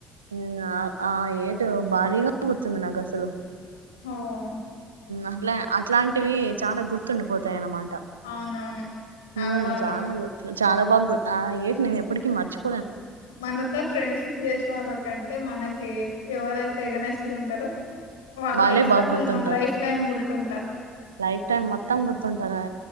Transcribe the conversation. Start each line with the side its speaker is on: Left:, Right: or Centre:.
Right: మ్ ఆ ఆ ఏంటి భారీగా కూర్చుంది నాకు అసలు.
Left: హ్మ్!
Right: అట్లా అట్లాంటివి చాలా గుర్తుండిపోతాయి అన్నమాట.
Left: అవునవును చాలా
Right: మ్!
Left: బాగా
Right: చాలా గుర్తు చాలా బాగా గుర్తు ఆ ఏంటి నేను ఎప్పటికిీ మర్చిపో
Left: మనతో ఫ్రెండ్షిప్ చేసిన వాళ్ళ కంటే, మనకి ఎవరైతే ఎగనెస్టుగా ఉంటారో? వాళ్ళు,
Right: వాళ్ళే
Left: ఖచ్చితంగా
Right: బాగా గుర్తుంటారు
Left: మన లైఫ్ టైమ్ గుర్తుంటారు.
Right: లైఫ్ టైమ్ మొత్తం గుర్తుంటారా?